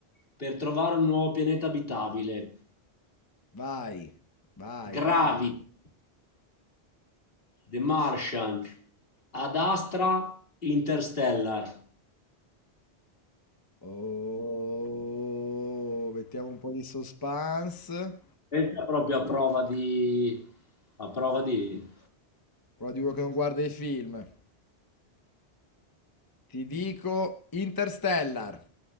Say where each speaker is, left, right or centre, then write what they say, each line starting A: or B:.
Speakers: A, on the left; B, on the left.
A: per trovare un nuovo pianeta abitabile?
B: Vai, vai,
A: Gravity,
B: vai.
A: The Martian, Ad Astra, Interstellar.
B: Oh, mettiamo un po' di suspense.
A: Questa è proprio a prova di... a prova di...
B: Però di uno che non guarda i film. Ti dico Interstellar.